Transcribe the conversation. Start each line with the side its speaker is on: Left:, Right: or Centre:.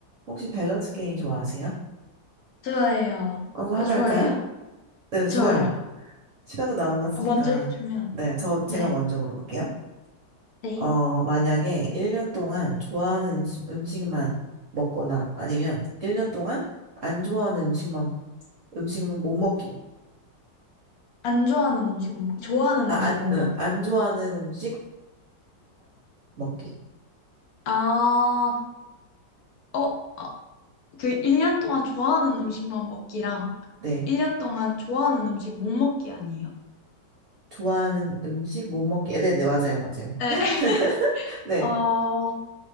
Right: 혹시 밸런스 게임 좋아하세요?
Left: 좋아해요.
Right: 한번
Left: 어,
Right: 하나
Left: 좋아해요?
Right: 할까요? 네, 좋아요.
Left: 좋아요.
Right: 시간도 남았으니까.
Left: 어, 먼저 해주면,
Right: 네, 저, 제가
Left: 네.
Right: 먼저 물어볼게요.
Left: 네.
Right: 어, 만약에 1년 동안 좋아하는 음식, 음식만 먹거나 아니면 1년 동안 안 좋아하는 음식만, 음식은 못 먹기.
Left: 안 좋아하는 음식, 못- 좋아하는
Right: 아,
Left: 음식
Right: 안,
Left: 못
Right: 응,
Left: 먹기.
Right: 안 좋아하는 음식만 먹기.
Left: 아, 어, 그 1년 동안 좋아하는 음식만 먹기랑
Right: 네.
Left: 1년 동안 좋아하는 음식 못 먹기 아니에요?
Right: 좋아하는 음식 못 먹기. 네네, 맞아요, 맞아요.
Left: 네.
Right: <laughs>
Left: <laughs>
Right: 네.
Left: 어,